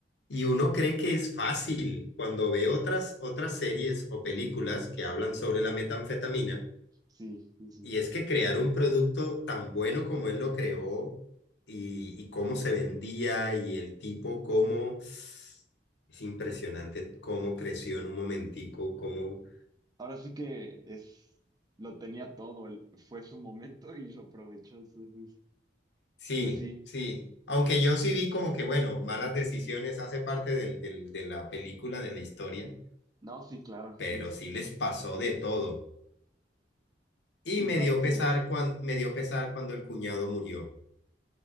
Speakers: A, on the left; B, on the right.
A: Y uno cree que es fácil cuando ve otras, otras series o películas que hablan sobre la metanfetamina.
B: Sí, sí, sí.
A: Y es que crear un producto tan bueno como él lo creó y, y cómo se vendía y el tipo cómo... Es impresionante cómo creció en un momentico, cómo...
B: Ahora sí que es, lo tenía todo, él- fue su momento y lo aprovechó. Entonces,
A: Sí,
B: pues sí,
A: sí. Aunque yo sí vi como que, bueno, malas decisiones hace parte del, del- de la película, de la historia,
B: no, sí, claro,
A: pero
B: sí, sí,
A: sí
B: sí.
A: les pasó de todo. Y
B: Es
A: me
B: parte
A: dio pesar
B: de.
A: cuando, me dio pesar cuando el cuñado murió.